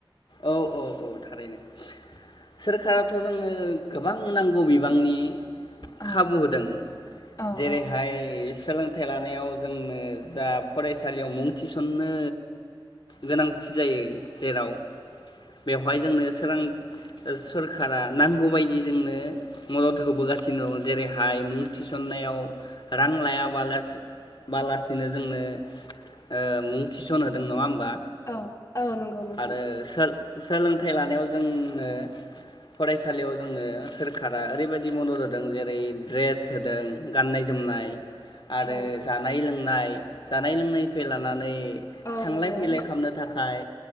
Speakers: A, on the left; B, on the left.
A: औ औ औ थारैनो। सोरखाराथ' खौ जोंनो गोबां नांगौ बिबांनि
B: औ
A: खाबु होदों
B: औ
A: जेरैहाय
B: औ
A: सोलोंथाइ लानायाव जोंनो जा फरायसालियाव मुं थिसन्नो गोनांथि जायो जेराव बेवहाय जोंनो सोरां सोरखारा नांगौबायदि जोंनो मदद होबोगासिनो दं जेरैहाय मुं थिसननायाव रां लायाबाला बालासिनो जोंनो ओ मुं थिसनहोदों नङा होमबा?
B: औ औ नंगौ नोंथां।
A: आरो सोलोंथाइ लानायाव जोंनो फरायसालियाव जोंनो सोरखारा ओरैबायदि मदद होदों जेरै ड्रेस होदों। गाननाय जोमनाय आरो
B: औ
A: जानाय लों नाय जानाय लोंनायनिफ्राय लानानै
B: औ
A: थांलाय
B: नंगौ
A: फैलाय खालामनो थाखाय